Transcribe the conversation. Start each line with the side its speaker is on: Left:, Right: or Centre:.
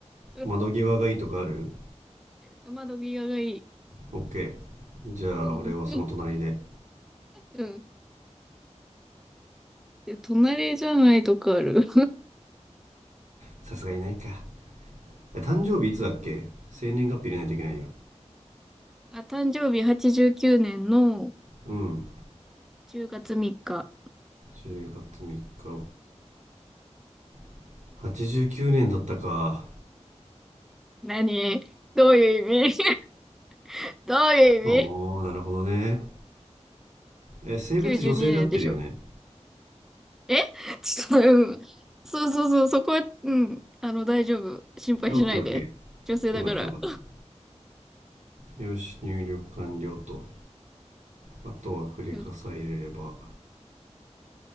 Centre: うん
Right: 窓際がいいとかある
Centre: 窓際がいい。
Right: ?OK じゃあ俺はその隣で
Centre: うんうん。で、隣じゃないとこある。
Right: さすがにないか誕生日いつだっけ生年月日入れないといけないよ
Centre: あ、誕生日89年の
Right: うん
Centre: 10月3日。
Right: 10月3日 OK89 年だったか
Centre: 何どういう意味 <laughs> どういう意味
Right: おおなるほどねえ性別女性で合ってるよね
Centre: ?92 年でしょ。えちょっと、うん。そうそうそう、そこは、うん。あの、大丈夫。心配しないで。
Right: OKOK
Centre: 女性だから。
Right: よかったよかった。よし、入力完了と。あとはクレカさえ入れれば。
Centre: よ